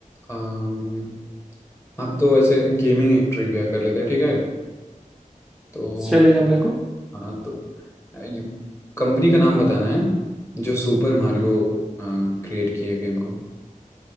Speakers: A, on the left; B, in the centre.
A: अम, आप तो ऐसे गेमिंग एक ट्रिविया कर लेते हैं ठीक है तो
B: चलेगा मेरे को
A: हाँ तो ये कंपनी का नाम बताना है जो सुपर मारियो क्रिएट किए गेम को